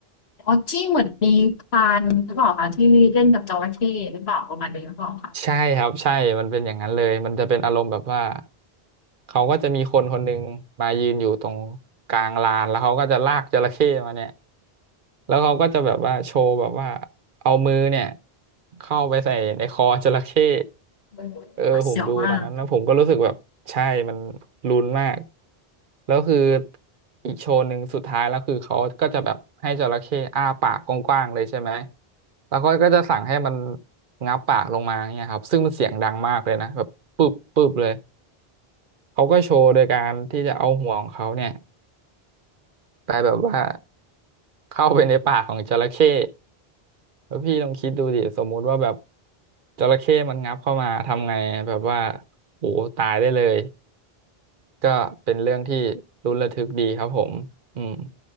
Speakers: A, on the left (about 85°); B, on the right (about 60°).
A: อ๋อที่เหมือนมีพรานหรือเปล่าคะที่เล่นกับจระเข้หรือเปล่าประมาณนี้หรือเปล่าคะ
B: ใช่ครับใช่มันเป็นอย่างนั้นเลยมันจะเป็นอารมณ์แบบว่าเขาก็จะมีคนคนหนึ่งมายืนอยู่ตรงกลางลานแล้วเขาก็จะลากจระเข้มาเนี่ย แล้วเขาก็จะแบบว่าโชว์แบบว่าเอามือเนี่ยเข้าไปใส่ในคอจระเข้
A: มันหวาดเสียวมาก
B: เออผมดูตอนนั้นแล้วผมก็รู้สึกแบบใช่มันลุ้นมากแล้วคืออีกโชว์หนึ่งสุดท้ายแล้วคือเขาก็จะแบบให้จระเข้อ้าปากกว้างๆเลยใช่ไหมแล้วเขาก็จะสั่งให้มันงับปากลงมาเนี่ยครับซึ่งมันเสียงดังมากเลยนะแบบปึ๊บปึ๊บเลยเขาก็โชว์โดยการที่จะเอาหัวของเขาเนี่ยไปแบบว่าเข้าไปในปากของจระเข้ แล้วพี่ลองคิดดูดิสมมุติว่าแบบจระเข้มันงับเข้ามาทำไงแบบว่าโหตายได้เลยก็เป็นเรื่องที่ลุ้นระทึกดีครับผมอืม